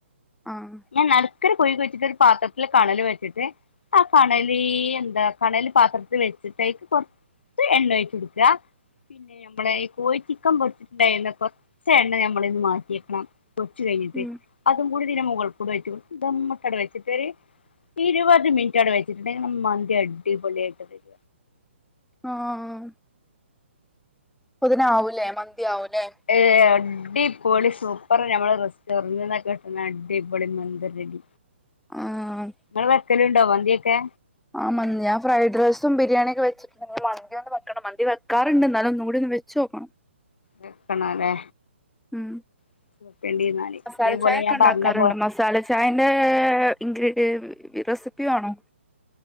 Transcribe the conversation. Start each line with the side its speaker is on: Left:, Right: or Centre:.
Centre: ആഹ്
Left: ഞാൻ നടുക്കരു കുഴി കഴിച്ചിട്ട് ഒരു പാത്രത്തില് കണല് വെച്ചിട്ട് ആ കണല് എന്താ കണല് പാത്രത്തില് വെച്ചിട്ട് അയ്ക്ക് കൊർച് ച്ച് എണ്ണോയ്ച്ച്ട്ക്ക പിന്നെ ഞമ്മളെ ഈ കോയി ചിക്കൻ പൊരിച്ചിട്ടുണ്ടായിരുന്ന കൊറച്ചെണ്ണ നമ്മളയിന്ന് മാറ്റിവെക്കണം പൊര്ച് കഴിഞ്ഞിട്ട്
Centre: ഉം
Left: അതും കൂടി ഇതിന്റെമുകൾകൂടെഴിച്ച് ദം ട്ട് വെച്ചിട് ഒരു ഇരുപത് മിനി കുറ്റാട് വെച്ച് ട്ടുണ്ടെങ്കി മന്തി അടിപൊളിയായിട്ട് വെരും.
Centre: ആഹ്‌ പ്പത്തിനാവൂലേ മന്തിയാവുല്ലേ
Left: ഏഹ് അടിപൊളി സൂപ്പർ ഞമ്മള് റെസ്റ്റോറന്റ്ന്നൊക്കെ കിട്ടുന്ന അടിപൊളി മന്തിറെടി.
Centre: ആഹ്
Left: ങ്ങള് വെക്കലുണ്ടോ മന്തിിക്കെ
Centre: ആഹ്‌ മന്ദ ഞാൻ ഫ്രൈഡ് റൈസും ബിരിയാണിയൊക്കെ വെച് <unintelligible> മന്തിയൊന്ന് വെക്കണം മന്തി വെക്കാറുണ്ട് ന്നാലും ഒന്നുകൂടിഒന്ന് വെച്ചോക്കണം
Left: വെക്കണല്ലേ
Centre: ഉം
Left: <unintelligible>
Centre: മസാല
Left: ഇതേപോലെ
Centre: ചായ ഒക്കെ
Left: ഞാൻ
Centre: ഉണ്ടാക്കാറുണ്ട്
Left: പറഞ്ഞപ്പോ
Centre: മസാല ചായൻ്റെ ഇൻഗ്രീഡിയൻ റെസിപ്പി വേണോ?